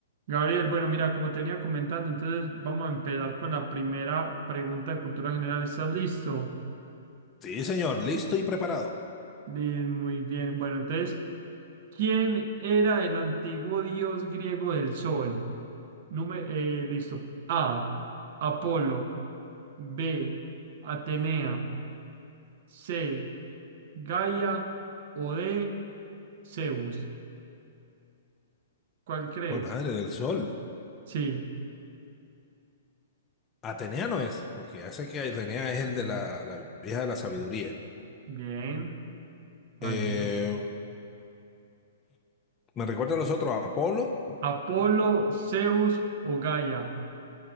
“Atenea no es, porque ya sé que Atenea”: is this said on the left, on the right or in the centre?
Left